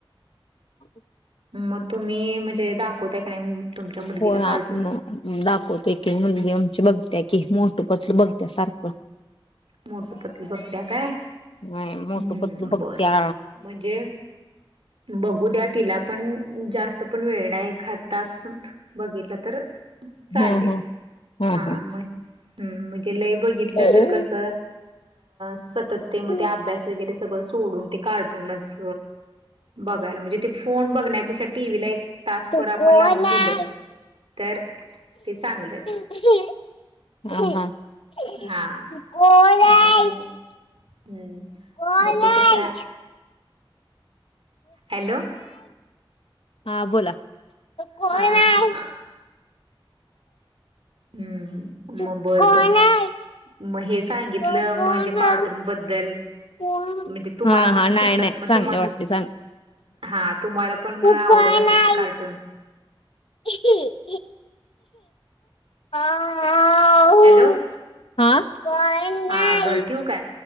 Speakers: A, on the left; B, on the right.
A: <unintelligible>
B: म तुम्ही म्हणजे दाखवताय का नाय तुमच्या मुलगीला
A: होय
B: कार्टून
A: आपण दाखवतोय की मुलगी आमची बघत्या की मोटू पतलू बघत्या सारखं
B: मोटू पतलू बघत्या काय
A: व्हय मोटू
B: हम्म
A: पतलू बघत्या.
B: बर म्हणजे बघू द्या तिला पण जास्त पण वेळ नाय एखाद तास बघितलं तर चालेल
A: हम्म. हम्म,
B: हा म हं म्हणजे लय बघितलं
A: हम्म.
B: तर कस अ सतत ते मग
A: तू
B: ते अभ्यास वगैरे सगळं सोडून ते कार्टूनच बघायला म्हणजे ते फोन बघण्यापेक्षा टीव्हीला एक तासभर
A: तू
B: आपण
A: कोण
B: लावून
A: आहे
B: दिल तर ते चांगलंच.
A: <unintelligible>
B: हा बर मग हम्म
A: कोण
B: म ते
A: आहे
B: कसाय हॅलो
A: हा बोला कोण
B: हा
A: आहे
B: हम्म
A: तू
B: म बर
A: कोण
B: बर
A: आहे
B: म हे सांगितलं
A: तू कोण
B: म्हणजे
A: आहे?
B: कार्टून बद्दल
A: कोण
B: म्हणजे तुम्हाला
A: हा
B: पण
A: हा नाही
B: कुठलं
A: नाही
B: म
A: चांगले
B: तुम्हा
A: वाटले चांगले
B: हा तुम्हाला पण
A: तू
B: आवडत
A: कोण
B: असल
A: आहे
B: की कार्टून
A: <unintelligible> आऊ
B: हॅलो,
A: हा कोण
B: हा
A: आहे
B: बर ठेवू काय?